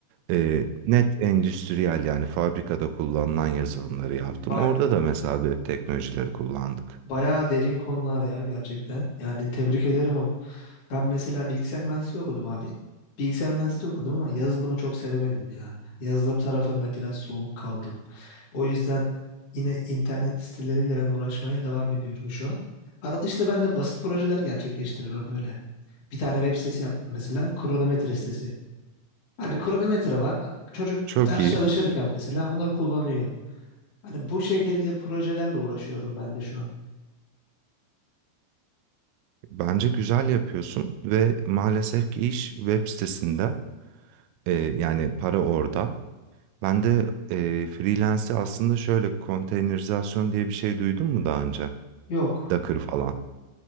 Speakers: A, on the right; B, on the left.
A: Ee, net endüstriyel yani fabrikada kullanılan
B: Ba-
A: yazılımları yaptım.
B: ba-
A: Orada da mesela web teknolojileri kullandık.
B: Bayağı derin konular ya gerçekten. Yani tebrik ederim. o- Ben mesela bilgisayar mühendisliği okudum abi. Bilgisayar mühendisliği okudum ama yazılımı çok sevemedim ya. Yazılım tarafında biraz soğuk kaldım. O yüzden yine internet siteleriyle ben uğraşmaya devam ediyorum şu an. Arada işte ben de basit projeler gerçekleştiriyorum böyle. Bir tane web sitesi yaptım mesela. Kronometre sitesi. Hani kronometre var. Çocuk
A: Çok
B: ders
A: iyi.
B: çalışırken mesela onu kullanıyor. Hani bu şekilde projelerle uğraşıyorum ben de şu an.
A: Bence güzel yapıyorsun ve maalesef ki iş web sitesinde e, yani para orada. Ben de e, freelance'i aslında şöyle konteynerizasyon diye bir şey duydun mu daha önce?
B: Yok,
A: Docker falan.